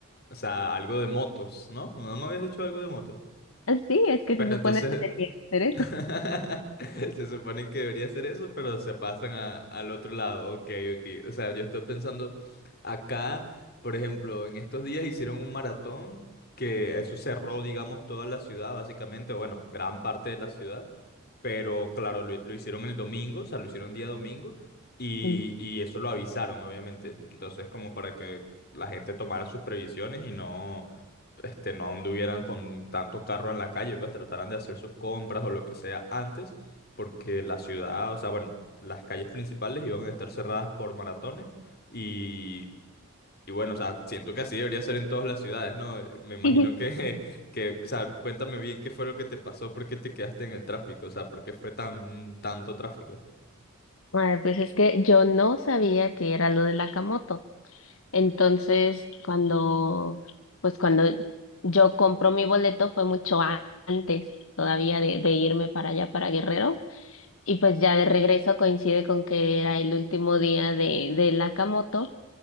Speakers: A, on the left; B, on the left.
A: o sea, algo de motos, ¿no? No no me habías dicho algo de motos.
B: <laughs> Sí, es que
A: Pero
B: se supone
A: entonces,
B: que debería hacer
A: <laughs> se supone que debería ser eso, pero se pasan a- al otro lado, ok, ok. O sea, yo estoy pensando, acá, por ejemplo, en estos días hicieron un maratón que eso cerró, digamos, toda la ciudad, básicamente, bueno, gran parte de la ciudad pero claro, lo, lo hicieron el domingo, o sea, lo hicieron día domingo y,
B: eso.
A: y eso lo avisaron, obviamente. Entonces, como para que la gente tomara sus previsiones y no, este, no anduvieran con tanto carro en la calle, pues trataran de hacer sus compras o lo que sea antes, porque la ciudad, o sea, bueno, las calles principales iban a estar cerradas por maratones y y bueno, o sea, siento que así debería ser en todas las ciudades, ¿no? Me imagino
B: <laughs>
A: que, <laughs> que, o sea, cuéntame bien qué fue lo que te pasó, por qué te quedaste en el tráfico, o sea, por qué fue tan, tanto tráfico.
B: Ay, pues es que yo no sabía que era lo de la camoto. Entonces, cuando, pues cuando yo compro mi boleto fue mucho a- antes todavía de, de irme para allá, para Guerrero. Y pues ya de regreso coincide con que era el último día de, de la camoto.